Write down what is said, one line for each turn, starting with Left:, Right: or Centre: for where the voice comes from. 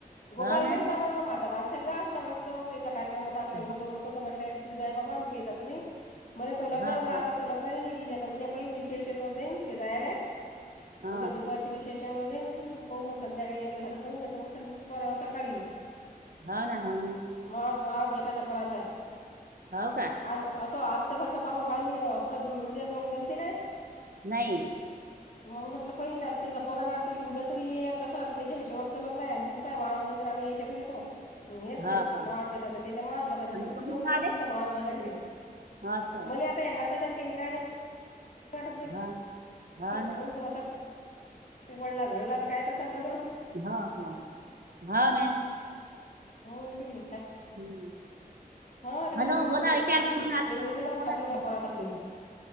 Left: गोपाळ
Right: हो ना
Left: गेलता मग मा ता माणसाला जावचं लागत असतो त्याच्या कार्यक्रमात आपल्याला
Right: हो
Left: बोल होतं तर म्हंटल हेला तू जाय बाबा मी काही जात नाही. मला तो लग्नाला
Right: हो
Left: जायला
Right: हो
Left: असतं लग्नाला नाही गेली आता उद्या पाहिन रिसेप्शनवर जाईन ते जायला आहेत.
Right: हो
Left: उद्या दुपारचे
Right: असं.
Left: रिसेश परवा जाईन पाहू मग संध्याकाळी येन झालं जाऊ नाही, तर मग परवा सकाळी येऊ.
Right: हो ना, हो ना.
Left: माज माज जेठाच्या पोराच आहे.
Right: हाव काय?
Left: आ असं आजच्यासारखं पाह पाणी असलं उद्या तर मग जमते काय.
Right: नाही.
Left: मग म्हटलं पाहिनं आता तिचा फोन आला तर की उद्या तरी ये कसं आता त्याच्या घरी शेवटचं लग्न आहे आणि ते त्यामुळं आज म्हणून आम्ही येच्या घरीच आहोत. न्हेत
Right: हा
Left: नाहीत.
Right: हा
Left: मा जेठा त्याच्या मावस भावाचा भेटला
Right: आणि
Left: तुम्ही
Right: कोण
Left: जाऊन बसा
Right: आले
Left: तुमच्या मावस भावाच्या घरी.
Right: असं
Left: मले आता या <unintelligible>
Right: हा हा ना
Left: कोण तो असा. ते पडला झडला तर काय कसं <unintelligible>
Right: हा, हा. हो ना.
Left: हो म्हणतं की.
Right: हम्म.
Left: हा कदाचित
Right: हॅलो
Left: मग
Right: बोला चार
Left: ते
Right: फोन आलता
Left: तेलऊ
Right: बोला
Left: दिला आणि
Right: बोला
Left: थांबली
Right: तुम्ही
Left: माय पोराच घरी.